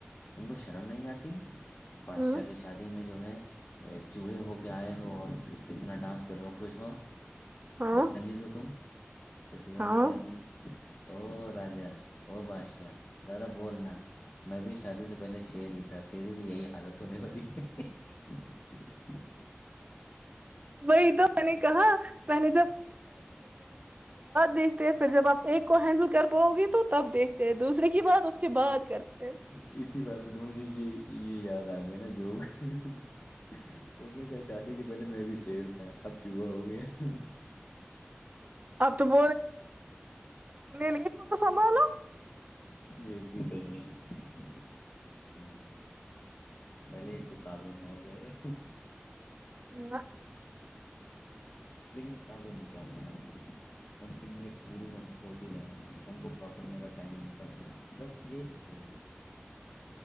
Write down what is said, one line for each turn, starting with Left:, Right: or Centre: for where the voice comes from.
Left: تم کو شرم نہیں آتی بادشاہ
Right: ہوں
Left: کی شادی میں جو ہے چوہے ہو کے آئے ہو اور اتنا ڈانس کر رہو ہو خوش ہو
Right: ہاں
Left: بدتمیز ہو تم تو جو ہے
Right: ہاں
Left: نا کہ کہ او راجا او بادشاہ زیادہ بولنا میں بھی شادی سے پہلے شر ہی تھا تھی تری بھی یہی حالت ہونے والی ہے <inaudible>
Right: وہی تو میں نے کہا میں نے دیکھتے ہیں پھر جب آپ ایک کو ہینڈل کر پاؤ گی تو تب دیکھتے ہیں دوسرے کی بات اس کے بعد کرتے ہیں
Left: اسی بات پہ تو مجھے یہ یہ یاد آ گیا نا جوگ اس نے کہ شادی کے پہلے میں بھی شیر تھا اب چوہا ہو گیا
Right: آ تو ب رہ کت سنبھالو
Left: یہ بھی صحیح ہے ہ پہلے ایک تو قابووں میں آ جائے
Right: ہ <unintelligible>
Left: لیکن قابو میں کیا لانا ہے ان کی نیڈس پوری ہوتی رہے ان کو پراپر میرا ٹائم ملتا رہے بس یہی سوچی